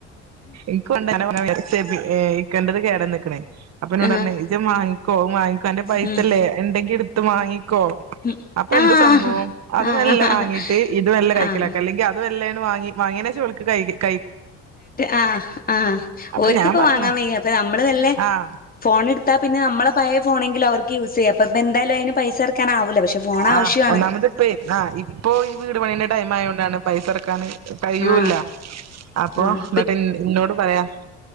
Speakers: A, on the right; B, on the left.
A: ഇപ്പിക്കണ്ടനന ഇക്കേണ്ടത് കേടാ നിക്കണേ അപ്പൊ എന്നോട
B: ആഹ്
A: ഇജ വാങ്ങിക്കോ വാങ്ങിക്കോ അന്റ പൈസല്ലേ
B: ഉം
A: എന്തെങ്കി എടുത്ത് വാങ്ങിക്കോ
B: ഉം
A: അപ്പൊ എന്ത്
B: ആഹ്
A: സംഭവം അത്
B: ആഹ്
A: മെല്ല വാങ്ങീട്ട് ഇത് മെല്ല കക്കലാക്കാം
B: ആഹ്
A: അല്ലെങ്കിൽ ഇതും അത് വല്ലണ് വാങ്ങി വങ്ങേനേഷംഓൾക്ക് കഴകി
B: ആഹ ആഹ്ഓര്ക്കിപ്പ
A: അപ്പൊ ഞാൻ പറഞ്ഞ്
B: വാങ്ങാൻ വയ്യ അപ്പൊ നമ്മള് നല്ലേ
A: ആഹ്
B: ഫോൺ എടുത്താ പിന്നെ നമ്മെ പഴയ ഫോൺങ്കിൽ അവർക്ക് യൂസ് ചെയ്യാം അപ്പപ്പോ എന്തായാലും അയിന് പൈസ ഇറക്കാനാവില്ല പക്ഷെ ഫോൺ
A: ആഹ്
B: ആവശ്യാണ്
A: ഒന്നാമത് ഇപ്പും ആഹ ഇപ്പോ ഈ വീട് പണിന്റെ ടൈം ആയ കൊണ്ടാണ് പൈസ ഇറക്കാൻ കഴിയൂല്ല
B: ആഹ്
A: അപ്പൊ
B: ആഹ്
A: എന്നിട്ട് എന്നോട് പറയാ